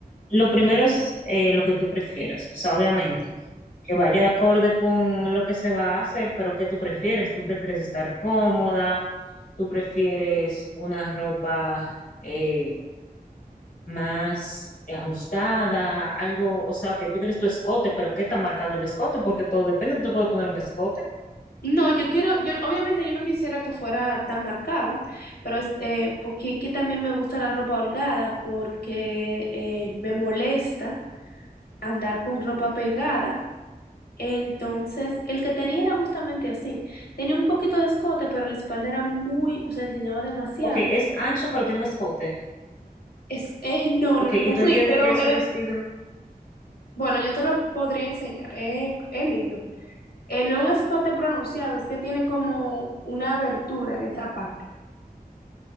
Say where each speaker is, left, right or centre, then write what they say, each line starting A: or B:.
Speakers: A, on the left; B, on the left.
A: lo primero es eh, lo que tú prefieras, o sea, obviamente, que vaya de acorde con lo que se va a hacer, pero ¿qué tú prefieres? ¿Tú prefieres estar cómoda? ¿Tú prefieres una ropa eh, más ajustada? Algo, o sea, que tú quieres tu escote, pero ¿qué está marcado el escote? Porque todo depende, tú te puedes poner un escote.
B: No, yo quiero, yo obviamente yo no quisiera que fuera tan marcada, pero este, porque aquí también me gusta la ropa holgada porque eh, me molesta andar con ropa pegada. Entonces, el que tenía era justamente así. Tenía un poquito de escote, pero la espalda era muy, o sea, enseñaba demasiado.
A: Ok, es ancho, pero tiene un escote.
B: Es, eh, no,
A: Ok,
B: no, no,
A: ¿y tú entiendes
B: sí, pero
A: qué es
B: eh,
A: el vestido?
B: bueno, yo te lo podría enseñar. Eh, es lindo. Eh, no es un escote pronunciado, es que tiene como una abertura en esa parte.